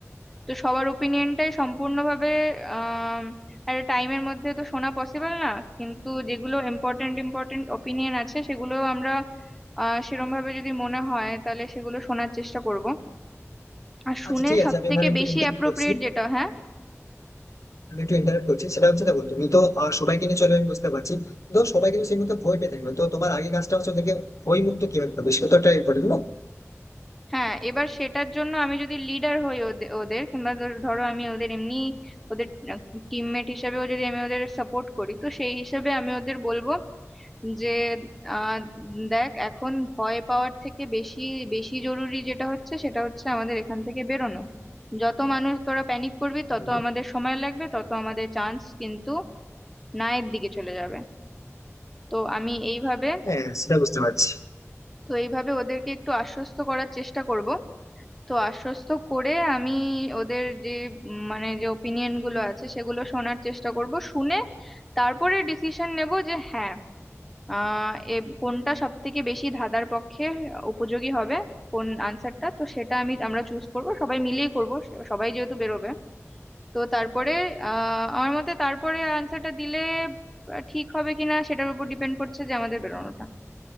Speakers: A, in the centre; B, on the left.
A: তো সবার ওপিনিয়নটাই সম্পূর্ণভাবে আহ একটা টাইমের মধ্যে তো শোনা পসিবল না কিন্তু যেগুলো ইম্পর্টেন্ট ইম্পর্টেন্ট ওপিনিয়ন আছে সেগুলো আমরা আহ সেরম ভাবে যদি মনে হয় তাহলে সেগুলো শোনার চেষ্টা করব আর শুনে
B: আচ্ছা ঠিক
A: সব
B: আছে আমি
A: থেকে
B: এখানে একটু
A: বেশি
B: ইন্টারেক্ট
A: অ্যাপ্রোপ্রিয়েট
B: করছি
A: যেটা হ্যাঁ
B: আমি একটু ইন্টারেক্ট করছি সেটা হচ্ছে দেখো তুমি তো আহ, সবাইকে নিয়ে চলে আমি বুঝতে পারছি তো সবাই কিন্তু সেই মতো ভয় পেয়ে থাকবে তো তোমার আগে কাজটা হচ্ছে ওদেরকে ভয় মুক্ত কিভাবে করবে সেটা তো ট্রাই করবে না
A: হ্যাঁ এবার সেটার জন্য আমি যদি লিডার হই ওদে- ওদের কিংবা ধর- ধরো আমি ওদের এমনি ওদের টিমমেট হিসেবেও যদি আমি ওদের সাপোর্ট করি তো সেই হিসেবে আমি ওদের বলবো যে আহ, দেখ এখন ভয় পাওয়ার থেকে বেশি বেশি জরুরি যেটা হচ্ছে সেটা হচ্ছে আমাদের এখান থেকে বেরোনো যত মানুষ তোরা প্যানিক করবি তত
B: হুম,
A: আমাদের সময় লাগবে তত আমাদের চান্স কিন্তু নায়ের দিকে চলে যাবে তো আমি এইভাবে
B: হ্যাঁ সেটা বুঝতে পারছি
A: তো এইভাবে ওদেরকে একটু আশ্বস্ত করার চেষ্টা করব তো আশ্বস্ত করে আমি ওদের যে উম, মানে যে ওপিনিয়ন গুলো আছে সেগুলো শোনার চেষ্টা করব শুনে তারপরে ডিসিশন নেব যে হ্যাঁ আহ এ কোনটা সব থেকে বেশি ধাঁধার পক্ষে উপযোগী হবে কোন আনসারটা তো সেটা আমি আমরা চুজ করব সবাই মিলেই করব সবাই যেহেতু বেরোবে তো তারপরে আহ আমার মতে তারপরে আনসারটা দিলে আহ, ঠিক হবে কিনা সেটার উপর ডিপেন্ড করছে যে আমাদের বেরোনোটা